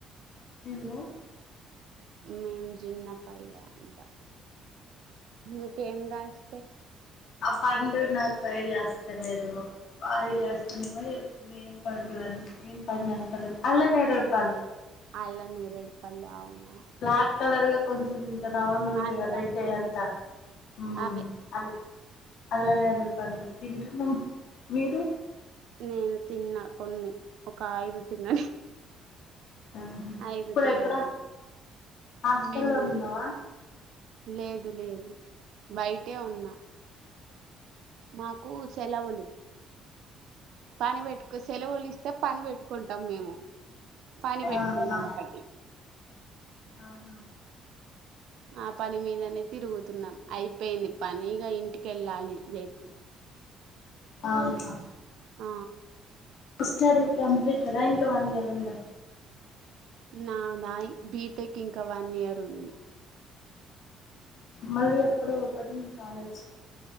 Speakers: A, on the left; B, on the right.
A: నిన్ను
B: మేం జిన్నపల్లె అంటాం ఇకేం కాస్
A: ఆ పండు నాకు ఐడియా అస అంత లేదు మొ ఐడియా వస్తున్నామో చెప్తున్నా ఏం పండు అని ఏం పండు అంటారు అల్ నేేరేడు పళ్ళు
B: అళ్ళ నేరేడు పళ్ళఅవునా
A: బ్లాక్ కలర్ గా కొంచెం ఇంత రౌండ్ ఉంటది
B: అంతే
A: కదా రెడ్గాఅంత
B: అంతే
A: ఉ
B: అవే
A: అల్ అళ్ళ నేరేడు పళ్ళుతింటున్నాం మీరు?
B: నేను తిన్నా కొన్ని ఒక ఐదు తిన్న నెను
A: ఆహా
B: అయిదు
A: ఇప్పుడు
B: తిన్నానే
A: ఎక్కడ హాస్టల్లో
B: నిము
A: ఉన్నావా
B: లేదు లేదు బయటే ఉన్నా మాకు సెలవులు పని పెట్టుకు సెలవులు ఇస్తే పని పెట్టుకుంటాం మేము పని పెట్టుకున్నాం
A: ఆహా
B: ఒకటి
A: ఆహా
B: ఆ పని మీదనే తిరుగుతున్నాం అయిపోయింది పనిగా ఇంటిక వెళ్ళాలి రేపు
A: ఆహా
B: ఆ
A: స్టడీ కంప్లీట్దా ఇంకా వన్ ఇయర్ ఉందా
B: నాదా య్ బీటెక్ ఇంకా వన్ ఇయర్ ఉంది.
A: మళ్ళీ ఎప్పుడు పటింగ్ కాలేజ్